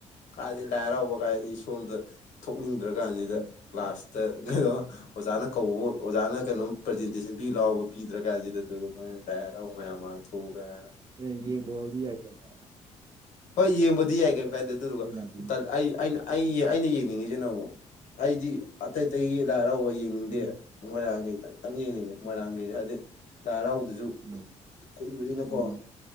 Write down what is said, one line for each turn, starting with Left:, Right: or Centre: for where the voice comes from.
Left: ꯀꯥꯏꯗꯒꯤ ꯂꯥꯏ ꯍꯔꯥꯎꯕ ꯀꯥꯏ ꯁꯣꯝꯗ ꯊꯣꯛꯅꯤꯡꯗ꯭ꯔ ꯀꯥꯟꯁꯤꯗ
Right: ꯎꯝ
Left: ꯀ꯭ꯂꯥꯁ ꯇꯜꯂꯤ ꯀꯩꯅꯣ ꯑꯣꯖꯥꯅ ꯀꯧꯕꯕꯨ ꯑꯣꯖꯥꯅ ꯀꯩꯅꯣꯝ ꯄ꯭ꯔꯖꯦꯟꯇꯦꯁꯟ ꯄꯤ ꯂꯥꯎꯕ ꯄꯤꯗ꯭ꯔ ꯀꯥꯟꯁꯤꯗ ꯗꯨꯒ ꯃꯣꯏꯅ ꯂꯥꯏ ꯍꯔꯥꯎꯕ ꯃꯌꯥꯝ ꯃꯥꯡ ꯊꯣꯛꯎ ꯒꯥꯏꯅ
Right: ꯑꯦ ꯌꯦꯡꯕꯥꯎꯗꯤ ꯌꯥꯏꯗꯅ
Left: ꯍꯣꯏ ꯌꯦꯡꯕꯗꯤ ꯌꯥꯏ ꯀꯩꯝ ꯀꯥꯏꯗꯦ ꯑꯗꯨꯗꯨꯒ
Right: ꯑꯩꯅ ꯍꯥꯏꯗꯤ
Left: ꯇꯜ ꯑꯩ ꯑꯩꯅ ꯑꯩ ꯑꯩꯅ ꯌꯦꯡꯅꯤꯡꯉꯤꯖꯤꯅ ꯑꯃꯨꯛ ꯑꯩꯗꯤ ꯑꯇꯩ ꯑꯇꯩꯒꯤ ꯂꯥꯏ ꯍꯔꯥꯎ ꯍꯣꯏ ꯌꯦꯡꯅꯤꯡꯗꯦ
Right: ꯎꯝ
Left: ꯃꯣꯏꯔꯥꯡꯒꯤ ꯈꯛꯇꯪ ꯌꯦꯡꯅꯤꯡꯉꯦ ꯃꯣꯏꯔꯥꯡꯒꯤꯗꯤ ꯍꯥꯏꯗꯤ ꯂꯥꯏ ꯍꯔꯥꯎ ꯑꯗꯨꯁꯨ
Right: ꯎꯝ
Left: ꯀꯨꯏꯕꯅꯤꯅꯀꯣ
Right: ꯎꯝ